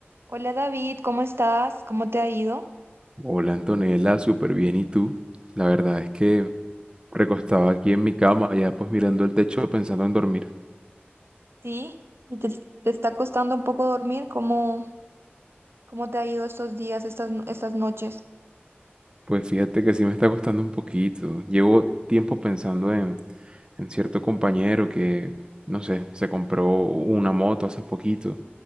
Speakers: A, on the right (about 75°); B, on the right (about 20°).
A: Hola David, ¿cómo estás? ¿Cómo te ha ido?
B: Hola Antonella, súper bien. ¿Y tú? La verdad es que recostaba aquí en mi cama, ya pues mirando el techo pensando en dormir.
A: Sí, ¿y te, te está costando un poco dormir? ¿Cómo, cómo te ha ido estos días, estas, no- estas noches?
B: Pues fíjate que sí me está costando un poquito. Llevo tiempo pensando en, en cierto compañero que, no sé, se compró una moto hace poquito.